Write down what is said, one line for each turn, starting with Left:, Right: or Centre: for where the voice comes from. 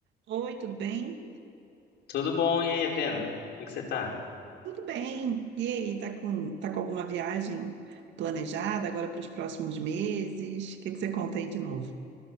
Right: Oi, tudo bem?
Left: Tudo bom? E aí, Adriana? Como é que você tá?
Right: Tudo bem. E aí, tá com, tá com alguma viagem planejada agora para os próximos meses? O que que você conta aí de novo?